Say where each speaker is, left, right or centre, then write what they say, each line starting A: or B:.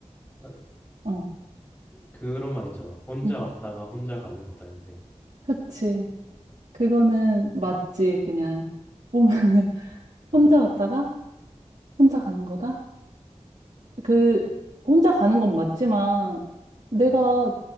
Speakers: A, on the left (about 15°); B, on the right (about 80°).
A: 아,
B: 어,
A: 그런 말 있잖아. 혼자
B: 음,
A: 왔다가 혼자 가는 거다 인생.
B: 그치. 그거는 맞지, 그냥. 보면은, <laughs>
A: 아,
B: 혼자 왔다가, 혼자 가는 거다? 그, 혼자 가는 건 맞지만, 내가
A: 음,